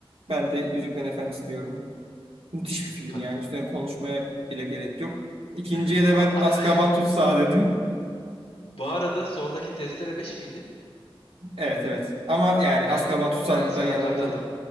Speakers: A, on the right; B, on the left.
A: ben de Yüzüklerin Efendisi diyorum. Müthiş bir film
B: Kat
A: yani. Üstüne konuşmaya bile gerek yok. İkinciye
B: evet.
A: de
B: aa.
A: ben Azkaban
B: <laughs>
A: Tutsağı dedim.
B: Bu arada soldaki testere 5 miydi?
A: Evet evet. Ama yani
B: Ben
A: Azkaban Tutsağı
B: ben sana
A: da yanında
B: katıldım.